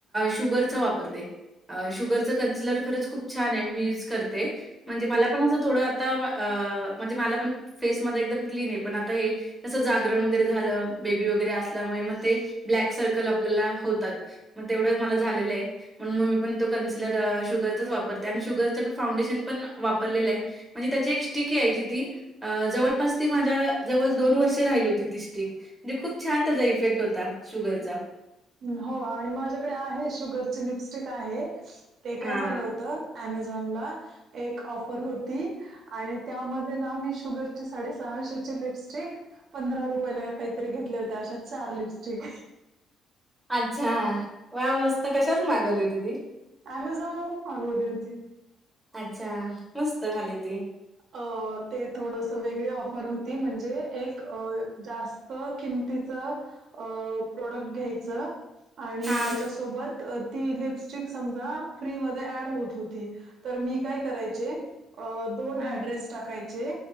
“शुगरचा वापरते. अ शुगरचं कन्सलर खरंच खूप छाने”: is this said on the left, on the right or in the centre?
Centre